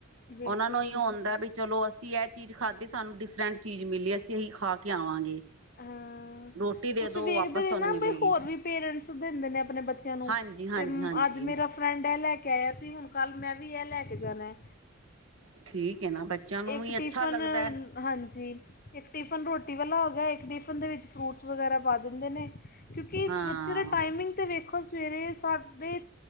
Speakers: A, on the left; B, on the right.
A: ਬਿਲਕੁਲ
B: ਉਹਨਾਂ ਨੂੰ ਇਹਿਓ ਹੁੰਦਾ ਵੀ ਚਲੋ ਅਸੀਂ ਇਹ ਚੀਜ਼ ਖਾਧੀ ਸਾਨੂੰ ਡਿਫਰੈਂਟ ਚੀਜ਼ ਮਿਲੀ, ਅਸੀਂ ਇਹੀ ਖਾ ਕੇ ਆਵਾਂਗੇ।
A: ਹਾਂ
B: ਰੋਟੀ ਦੇ
A: ਕੁਛ
B: ਦੋ
A: ਵੇਖਦੇ
B: ਵਾਪਸ
A: ਨੇ
B: ਤੁਹਾਨੂੰ
A: ਨਾ
B: ਮਿਲੇਗੀ
A: ਬਈ ਹੋਰ ਵੀ ਪੇਰੈਂਟਸ ਦਿੰਦੇ ਨੇ ਆਪਣੇ ਬੱਚਿਆਂ ਨੂੰ,
B: ਹਾਂਜੀ ਹਾਂਜੀ
A: ਤੇ
B: ਹਾਂਜੀ
A: ਅੱਜ ਮੇਰਾ ਫਰੈਂਡ ਇਹ ਲੈ ਕੇ ਆਇਆ ਸੀ, ਹੁਣ ਕੱਲ੍ਹ ਮੈਂ ਵੀ ਇਹ ਲੈ ਕੇ ਜਾਣਾ।
B: ਠੀਕ ਹੈ ਨਾ, ਬੱਚਿਆਂ ਨੂੰ
A: ਇੱਕ
B: ਵੀ ਅੱਛਾ
A: ਟਿਫਨ
B: ਲੱਗਦਾ।
A: ਹਾਂਜੀ, ਇੱਕ ਟਿਫਨ ਰੋਟੀ ਵਾਲਾ ਹੋ ਗਿਆ, ਇੱਕ ਟਿਫਨ ਦੇ ਵਿੱਚ ਫਰੂਟਸ ਵਗੈਰਾ ਪਾ ਦਿੰਦੇ ਨੇ। ਕਿਉਂਕਿ
B: ਹਾਂ
A: ਬੱਚੇ ਦੇ ਟਾਈਮਿੰਗ ਅਤੇ ਵੇਖੋ, ਸਵੇਰੇ ਸਾਢੇ